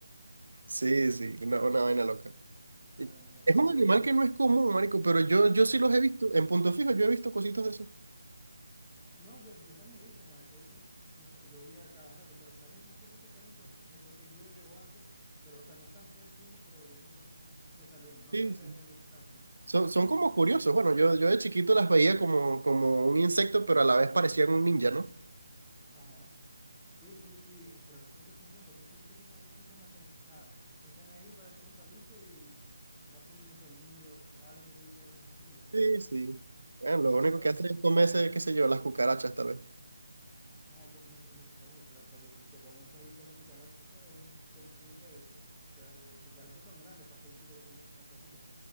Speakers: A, on the right; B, in the centre.
A: Sí, sí, una, una vaina loca. Y
B: Ay, no. Bueno,
A: Es un
B: pero
A: animal
B: tú...
A: que no es común, marico, pero yo, yo sí
B: No,
A: los he visto. En Punto Fijo yo he visto cositas de esos.
B: no yo, yo también he visto, Maracaibo, con- yo, esta- yo veía a cada rato, pero salen, no sé si es que salen cu- después que llueve o algo, pero, o sea, no están todo el tiempo, pero de vez en cuando sí sé que sale uno. No
A: Sí,
B: sé de
A: sí.
B: qué depende que salga, ¿no?
A: Son, son como curiosos. Bueno, yo, yo de chiquito las veía como, como un insecto, pero a la vez parecían un ninja, ¿no?
B: Ajá. Sí, y, y- pero no sé qué función, porque fíjate que estas bichitas no hacen nada. Están ahí para hacer un palito y no hacen ni un sonido o algo que tú dices las distingas,
A: Sí,
B: ¿sabes?
A: sí. Bueno, lo único
B: Pero
A: que
B: bueno,
A: hacen es comerse, qué sé yo, las cucarachas tal vez.
B: ah, co- no sé, no sé, verga, pero para que se coman estas bichas las cucarachas deben comer, no sé, que las cucarachas son grandes para estas bichitas que son tan flaquitas.